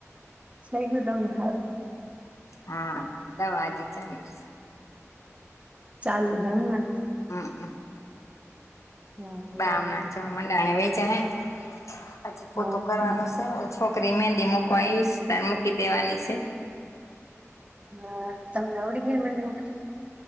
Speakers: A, on the right (about 25°); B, on the left (about 70°).
A: થઈ ગયું તમને હારુ?
B: હા, દવા હજુ ચાલુ સે.
A: ચાલુ, એમ ને.
B: <unintelligible>
A: હા
B: ગામના
A: બરાબર
B: <unintelligible> <unintelligible> હજી ફોટુ
A: હા
B: કરવાનું છે, હજી. છોકરી મહેંદી મુકવા આવીશ, તાર મૂકી દેવાની છે?
A: હા, તમને આવડી ગઈ, મહેંદી મુકતા?